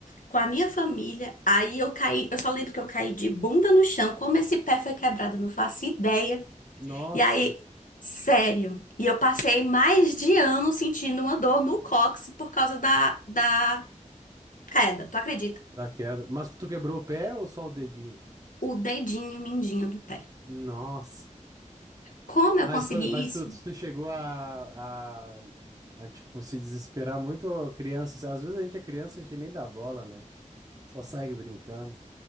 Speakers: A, on the left; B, on the right.
A: com a minha família. Aí eu caí, eu só lembro que eu caí de bunda no chão, como esse pé foi quebrado, eu não faço ideia.
B: Nossa,
A: E aí, sério, e eu passei mais de ano sentindo uma dor no cóccix por causa da, da queda, tu acredita?
B: da queda. Mas tu quebrou o pé ou só o dedinho?
A: O dedinho mindinho do pé.
B: Nossa.
A: Como
B: Mas,
A: eu consegui
B: quando- mas
A: isso?
B: tu, tu chegou a, a, a, tipo, se desesperar muito, ô, criança. assim, Às vezes a gente é criança, a gente nem dá bola, né? Só segue brincando.